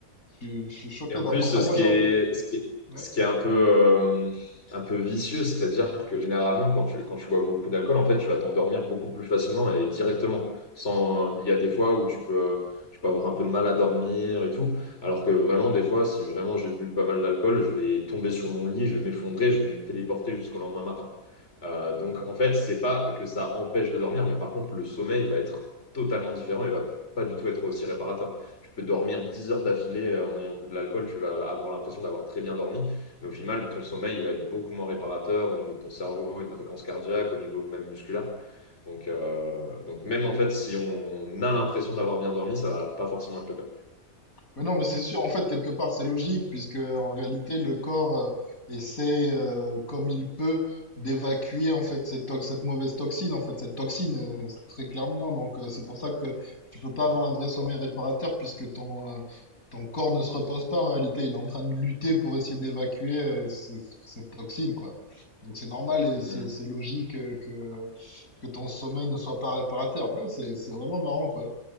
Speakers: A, on the left; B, on the left.
A: suis- je suis choqué
B: Et en
A: d'apprendre
B: plus,
A: ça.
B: ce
A: Moi,
B: qui
A: j'avoue.
B: est, ce qui est,
A: ouais.
B: ce qui est un peu, euh, un peu vicieux, c'est-à-dire que généralement, quand tu, quand tu bois beaucoup d'alcool, en fait, tu vas t'endormir beaucoup plus facilement et directement. Sans, il y a des fois où tu peux, tu peux avoir un peu de mal à dormir et tout. Alors que vraiment, des fois, si vraiment j'ai bu pas mal d'alcool, je vais tomber sur mon lit, je vais m'effondrer, je vais me téléporter jusqu'au lendemain matin. Euh, donc en fait, c'est pas que ça empêche de dormir, mais par contre, le sommeil va être totalement différent et va pas du tout être aussi réparateur. Tu peux dormir 10 heures d'affilée euh, en ayant bu de l'alcool, tu vas avoir l'impression d'avoir très bien dormi, mais au final, ton sommeil il va être beaucoup moins réparateur au niveau de ton cerveau, de la fréquence cardiaque, au niveau même musculaire. Donc, euh, donc même en fait, si on a l'impression d'avoir bien dormi, ça va pas forcément être le cas.
A: Mais non, mais c'est sûr, en fait, quelque part, c'est logique, puisque en réalité, le corps euh, essaie, euh, comme il peut, d'évacuer en fait cette, tox- cette mauvaise toxine, en fait, cette toxine, euh, très clairement. Donc, euh, c'est pour ça que tu peux pas avoir un vrai sommeil réparateur, puisque ton, euh, ton corps ne se repose pas en réalité. Il est en train de lutter pour essayer d'évacuer euh, ce- cette toxine, quoi. Donc, c'est normal et c'est
B: Hmm.
A: c'est logique euh, que, que ton sommeil ne soit pas réparateur. Ouais, c'est c'est vraiment marrant, quoi.